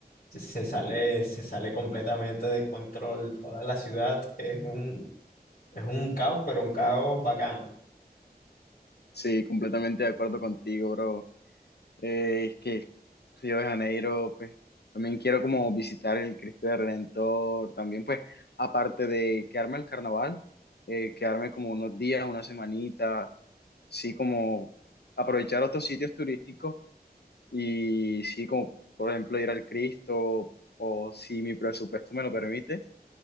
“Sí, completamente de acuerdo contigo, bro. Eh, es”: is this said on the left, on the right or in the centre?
Left